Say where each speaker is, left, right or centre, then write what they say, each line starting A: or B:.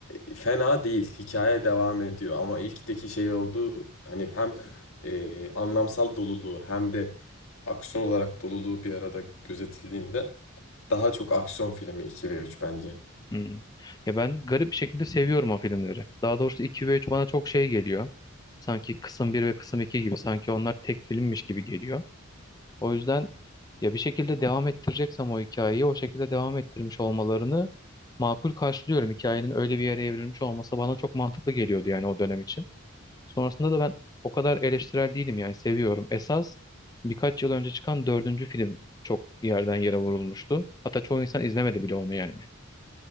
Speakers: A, on the left (about 75°); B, on the left (about 20°).
A: e, fena değil. Hikaye devam ediyor ama ilkteki şey oldu hani hem e, anlamsal doluluğu hem de aksiyon olarak doluluğu bir arada gözetildiğinde daha çok aksiyon filmi 2 ve 3 bence.
B: hı. Ya ben garip bir şekilde seviyorum o filmleri. Daha doğrusu 2 ve 3 bana çok şey geliyor. Sanki kısım bir ve kısım 2 gibi. Sanki onlar tek filmmiş gibi geliyor. O yüzden ya bir şekilde devam ettireceksem o hikayeyi o şekilde devam ettirmiş olmalarını makul karşılıyorum. Hikayenin öyle bir yere evrilmiş olması bana çok mantıklı geliyordu yani o dönem için. Sonrasında da ben o kadar eleştirel değilim yani seviyorum. Esas birkaç yıl önce çıkan dördüncü film çok yerden yere vurulmuştu. Hatta çoğu insan izlemedi bile onu yani.